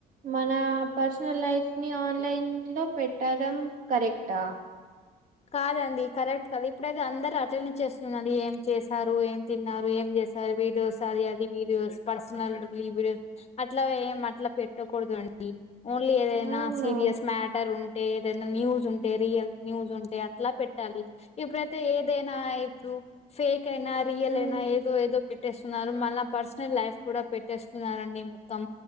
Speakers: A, on the right; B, on the left.
A: మన పర్సనల్ లైఫ్ ని ఆన్లైన్ లో పెట్టడం కరెక్టా
B: కాదండి కరెక్ట్ ఇప్పుడైతే అందరు అట్లనే చేస్తున్నారండి ఏం చేశారు ఏం తిన్నారు ఏం చే వీడియోస్ అది అది వీడియోస్ పర్సనల్ వీడియోస్ అట్లా ఏం అట్లా పెట్టకూడదు అ <inaudible> ఓన్లీ ఏదైనా
A: అవును
B: సీరియస్ మ్యాటర్ ఉంటే ఏదైనా న్యూస్ ఉంటే రియల్ న్యూస్ ఉంటే అ ట్లా పెట్టాలి ఇప్పుడైతే ఏదైనా ఇప్పుడు ఫేక్ ఐనా రియల్
A: ఆ
B: ఐనా ఏదో ఏదో పె పేట్టేస్తున్నారు మళ్ళ పర్సనల్ లైఫ్ కూడా పెట్టేస్తున్నారండి మొత్తం